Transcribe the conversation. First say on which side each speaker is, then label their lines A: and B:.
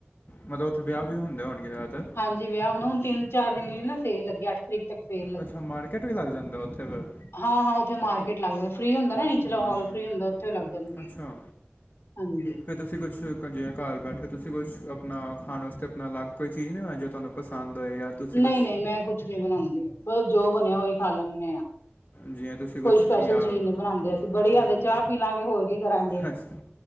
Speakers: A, on the left (about 50°); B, on the left (about 80°).
A: ਮਤਲਬ ਉੱਥੇ ਵਿਆਹ ਵੀ ਹੁੰਦੇ ਹੋਣਗੇ ਜ਼ਿਆਦਾ ਤਰ
B: ਹਾਂਜੀ ਵਿਆਹੁਣ ਹੁਣ ਤਿੰਨਾ ਚਾਰ ਦਿਨ ਦੀ ਨਾ ਸੇਲ ਲੱਗੀ ਅੱਠ ਤਰੀਕ ਤੱਕ ਸੇਲ
A: ਅੱਛਾ ਮਾਰਕੀਟ ਵੀ ਲੱਗ ਜਾਂਦਾ ਉੱਥੇ ਫਿਰ
B: ਹਾਂ-ਹਾਂ ਉੱਥੇ ਮਾਰਕੀਟ ਲੱਗ ਜਾਂਦਾ ਫਰੀ ਹੁੰਦਾ ਨਾ ਨੀਚਲਾ
A: ਹੂੰ
B: ਹੋਲ ਫਰੀ ਹੁੰਦਾ ਉੱਥੇ ਲੱਗ ਜਾਂਣਗੇ।
A: ਅੱਛਾ
B: ਹਾਂਜੀ। <unintelligible>
A: ਫਿਰ ਤੁਸੀਂ ਕੁਛ ਜਿਵੇ ਘਰ ਬੈਠੇ ਤੁਸੀਂ ਕੁਛ ਆਪਣਾ ਖਾਣ ਵਾਸਤੇ ਆਪਣਾ ਅਲੱਗ ਕੋਈ ਚੀਜ਼ ਨਹੀਂ ਹੋ ਹੈ ਜੇ ਤੁਹਾਨੂੰ ਪਸੰਦ ਹੋਏ ਜਾਂ ਤੁਸੀਂ ਕੁਝ
B: ਨਹੀਂ-ਨਹੀਂ ਮੈਂ ਕੁਛ ਨਹੀਂ ਬਣਾਉਂਦੀ ਬਸ ਜੋ ਬਣਿਆ ਉਹੀ ਖਾ ਲੈਂਦੇ ਆ।
A: ਜਿਵੇਂ ਤੁਸੀਂ ਕੁਝ
B: ਕੋਈ ਸਪੈਸ਼ਲ
A: ਜਾਂ
B: ਚੀਜ਼ ਨਹੀਂੀ ਬਣਾਉਂਦੇ ਅਸੀਂ ਬੜੀ
A: ਹਮ,
B: ਜ਼ਿਆਦੇ ਚਾਹ ਪੀ ਲਾਂਗੇ ਹੋਰ ਕੀ ਕਰਾਂਗੇ
A: ਅੱਛਾ